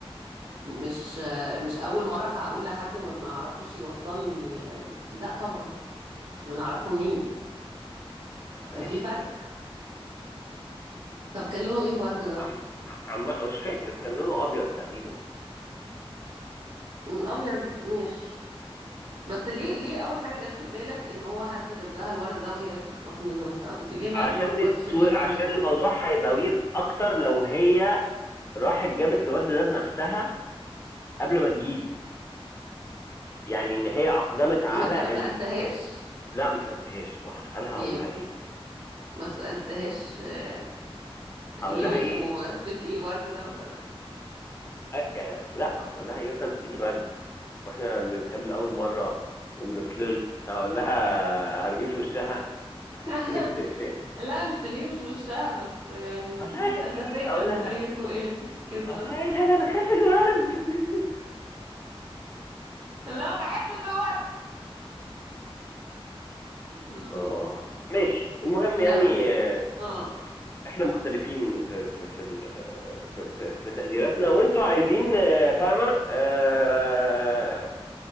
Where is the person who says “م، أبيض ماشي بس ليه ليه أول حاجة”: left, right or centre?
Right